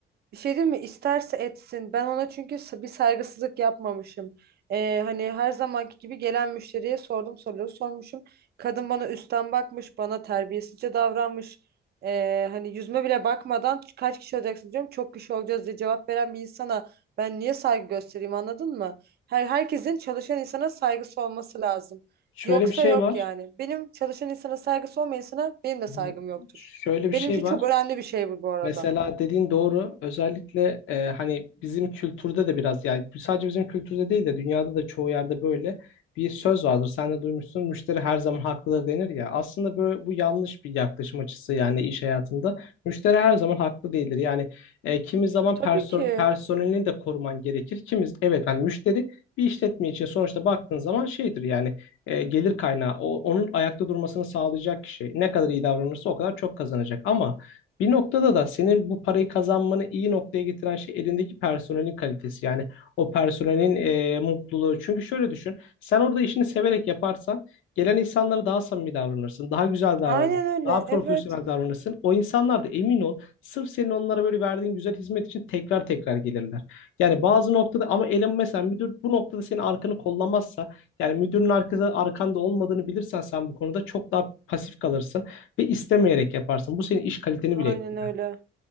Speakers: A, on the right (about 55°); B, on the left (about 80°).
A: Bir şey diyeyim mi? İsterse etsin. Ben ona çünkü sa- bir saygısızlık yapmamışım. Ee, hani her zamanki gibi gelen müşteriye sordum soruları sormuşum. Kadın bana üstten bakmış, bana terbiyesizce davranmış. Ee, hani yüzüme bile bakmadan kaç kişi olacaksın diyorum. Çok kişi olacağız diye cevap veren bir insana ben niye saygı göstereyim anladın mı? Her herkesin çalışan insana saygısı olması lazım.
B: Şöyle
A: Yoksa
B: bir şey
A: yok
B: var.
A: yani. Benim çalışan insana saygısı olmayan insana benim de saygım
B: Hı.
A: yoktur.
B: Şöyle bir
A: Benim
B: şey
A: için
B: var.
A: çok önemli bir şey bu bu arada.
B: Mesela dediğin doğru. Özellikle e, hani bizim kültürde de biraz yani sadece bizim kültürde değil de dünyada da çoğu yerde böyle bir söz vardır. Sen de duymuşsun. Müşteri her zaman haklıdır denir ya. Aslında böyle, bu yanlış bir yaklaşım açısı yani iş hayatında. Müşteri her zaman haklı değildir. Yani e, kimi zaman
A: Tabii
B: perso-
A: ki.
B: personelini de koruman gerekir. Kimiz evet hani müşteri bir işletme için sonuçta baktığın zaman şeydir yani e, gelir kaynağı. O, onun ayakta durmasını sağlayacak kişi. Ne kadar iyi davranırsa o kadar çok kazanacak. Ama bir noktada da senin bu parayı kazanmanı iyi noktaya getiren şey elindeki personelin kalitesi. Yani o personelin e, mutluluğu. Çünkü şöyle düşün, sen orada işini severek yaparsan gelen insanlara daha samimi davranırsın, daha güzel davranırsın,
A: Aynen öyle.
B: daha profesyonel
A: Evet.
B: davranırsın. O insanlar da emin ol, sırf senin onlara böyle verdiğin güzel hizmet için tekrar tekrar gelirler. Yani bazı noktada ama elin mesela müdür bu noktada senin arkanı kollamazsa, yani müdürün arkada arkanda olmadığını bilirsen sen bu konuda çok daha pasif kalırsın ve istemeyerek yaparsın. Bu senin iş kaliteni
A: Aynen
B: bile etkiler.
A: öyle.